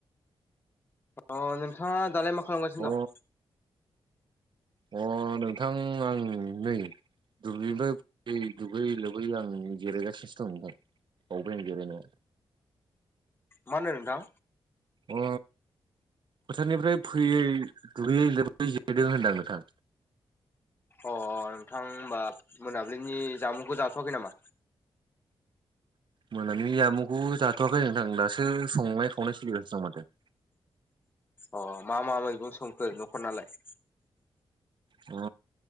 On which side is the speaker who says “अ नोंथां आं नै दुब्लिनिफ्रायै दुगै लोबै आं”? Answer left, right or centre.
Right